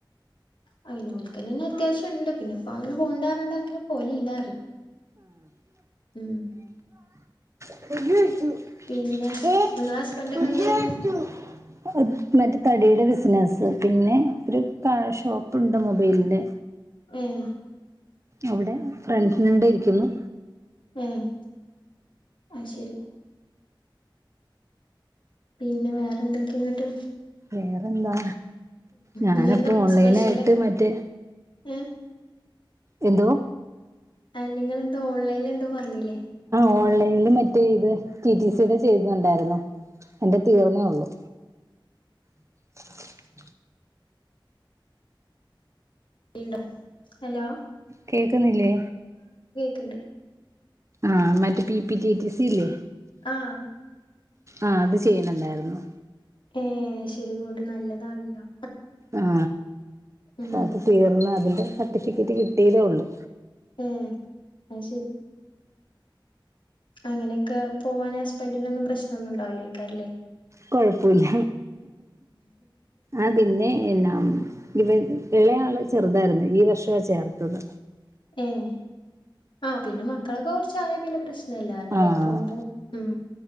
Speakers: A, on the left; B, on the right.
A: ആ പിന്നെ ഓൽക്കന്നെന്നെ പിന്നെ അത്യാവശ്യണ്ട് പിന്നെ അപ്പം അങ്ങനെ പോണ്ടാർഞ്ഞോണ്ട് അങ്ങനെ പോയലില്ലാ പറിയാ. ഉം
B: <unintelligible>
A: പിന്നെ നിങ്ങളെ ഹസ്ബൻഡൊക്കെ എന്തെയ്യ്ണ്
B: തടിയുടെ ബിസിനസ്സ് പിന്നെ ഒരു കഴ ഷോപ്പുണ്ട് മൊബൈലിന്റെ
A: ഉം
B: അവിടെ ഫ്രണ്ട്സിനണ്ട് ഇരിക്കുന്നു.
A: ഉം അത്ശരി പിന്നെ വേറെന്തൊക്കെയന്നിട്ട്
B: വേറെന്താ ഞാനപ്പൊ
A: ഇന്നെന്താ
B: ഓൺലൈനായിട്ട്
A: സ്പെഷ്യലൊക്കെ
B: മറ്റേ
A: ഏഹ്
B: എന്ത്വോ?
A: അയെ നിങ്ങൾ എന്തോ ഓൺലൈൽ എന്തോ പറഞ്ഞില്ലേ
B: ഓൺലൈനില് മറ്റേ ഇത് ടി ടി സി യുടെ ചെയ്യുന്നുണ്ടായിരുന്നു. എന്റെ തീർന്നേ ഉള്ളു <inaudible>
A: വീണ്ടും ഹലോ
B: കേക്കുന്നില്ലേ
A: ക്കണ്ട്
B: ആഹ് മറ്റേ P P T T C ഇല്ലേ
A: ആഹ്
B: ആ അത് ചെയ്യണണ്ടായിരുന്നു.
A: ഏ ശരി കൂട്ട് നല്ലതാണല്ലോ
B: ആ
A: ഉം
B: അത് തീർന്ന് അതിന്റെ സർട്ടിഫിക്കറ്റ് കിട്ടിയതേ ഉള്ളു
A: ഉം അത് ശരി അങ്ങനൊക്കെ പോവാന്ഹസ്ബൻറിന് ഒന്നും പ്രശ്നം ഒന്നും ഉണ്ടാവില്ല ക്കല്ലേ
B: കുഴപ്പമില്ല ആ പിന്നെ എന്നാ ഇത് ഇളയാള് ചെറുതായിരുന്നേ ഈ വർഷാ ചേർത്തത്.
A: ഉം ആ പിന്നെ മക്കളൊക്കെ കുറച്ച് ആയ പിന്നെ പ്രശ് നം ഇല്ലാറിയില്ലേ
B: ആഹ്
A: പോകുമ്പോ ഉം